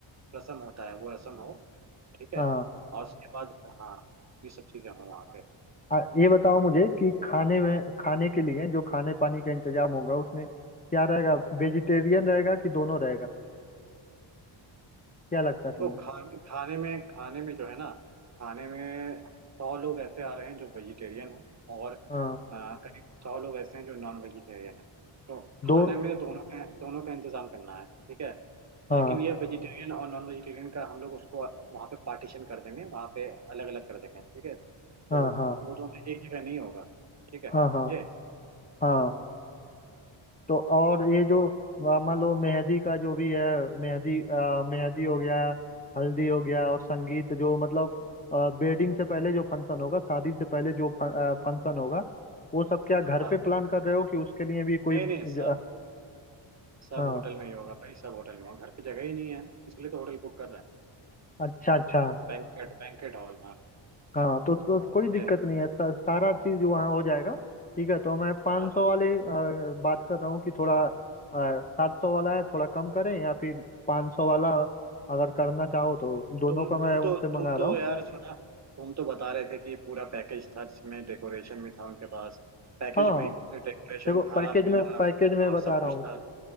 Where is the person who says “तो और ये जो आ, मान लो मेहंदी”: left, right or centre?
Left